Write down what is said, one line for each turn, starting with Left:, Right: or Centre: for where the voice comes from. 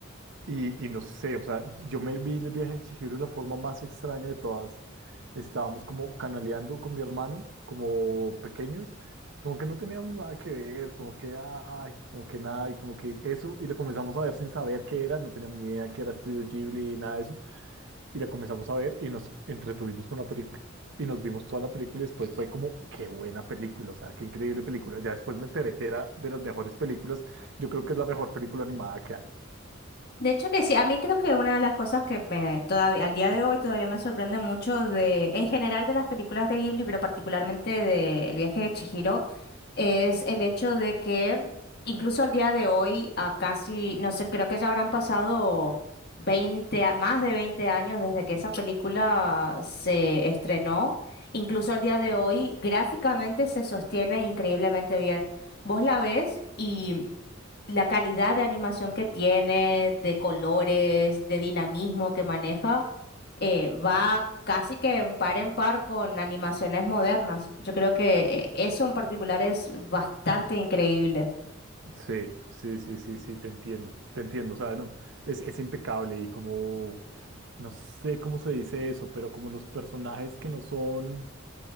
Right: Y, y no sé, o sea, yo me vi el viaje de Chihiro de la forma más extraña de todas. Estábamos como canaleando con mi hermano, como pequeños, y como que no teníamos nada que ver, como que, ay, como que nada, y como que eso, y la comenzamos a ver sin saber qué era, no teníamos ni idea que era Estudio Ghibli, nada de eso, y la comenzamos a ver y nos entretuvimos con la película. Y nos vimos toda la película y después fue como, qué buena película, o sea, qué increíble película. Ya después me enteré que era de las mejores películas, yo creo que es la mejor película animada que hay.
Left: De hecho que sí, a mí creo que una de las cosas que me todavía al día de hoy todavía me sorprende mucho de en general de las películas de Ghibli, pero particularmente de El viaje de Chihiro, es el hecho de que incluso al día de hoy, a casi, no sé, creo que ya habrán pasado veinte a- más de 20 años desde que esa película se estrenó, incluso al día de hoy gráficamente se sostiene increíblemente bien. Vos la ves y la calidad de animación que tiene, de colores, de dinamismo que maneja, eh, va casi que en par en par con animaciones modernas. Yo creo que eh, eso en particular es bastante increíble.
Right: Sí, sí, sí, sí, sí, te entiendo, te entiendo, o sea, no, es, es impecable y como, no sé cómo se dice eso, pero como los personajes que no son,